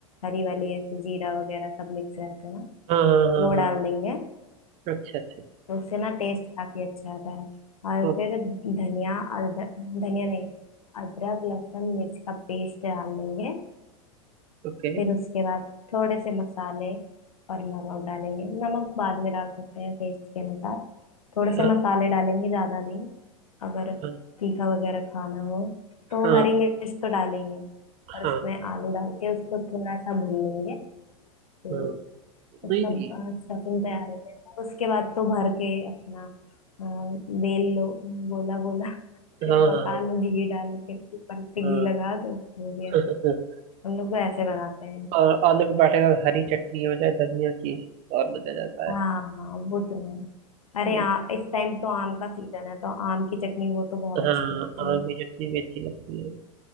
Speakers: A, on the left; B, on the right.
A: हरी वाली ऐसे जीरा वगैरह सब मिक्स रहता है ना
B: हाँ हाँ हाँ
A: वो
B: हाँ
A: डाल देंगे
B: अच्छा अच्छा
A: तो उससे ना टेस्ट काफी अच्छा आता है और
B: ओ-
A: फिर धनिया अदरक धनिया नहीं अदरक लहसुन मिर्च का पेस्ट डाल देंगे
B: ओके
A: फिर उसके बाद थोड़े से मसाले और नमक डालेंगे नमक बाद में डाल सकते हैं टेस्ट के अनुसार थोड़े
B: हाँ
A: से मसाले डालेंगे ज्यादा नहीं अगर
B: हाँ
A: तीखा वगैरह खाना हो
B: हाँ
A: तो हरी मिर्च तो डालेंगे और
B: हाँ
A: उसमें आलू डाल के उसको थोड़ा सा भून लेंगे तो
B: हाँ
A: उसका
B: नहीं नहीं
A: स्टफिंग तैयार हो जाएगा उसके बाद तो भर के अपना अ, बेल लो गोला गोला
B: हाँ
A: फिर पका
B: हाँ
A: लो घी डाल के ऊपर से
B: हाँ
A: घी लगा दो हो गया
B: हाँ, हाँ।
A: हम लोग तो ऐसे बनाते हैं
B: और आलू के पराठे का हरी चटनी हो जाए धनिया की और मजा आ जाता
A: हाँ हाँ, वो तो है अरे
B: है
A: आ, इस टाइम तो आम का सीजन है तो आम की चटनी वो तो बहुत
B: हाँ
A: अच्छी लगती
B: आम
A: है
B: की चटनी भी अच्छी लगती है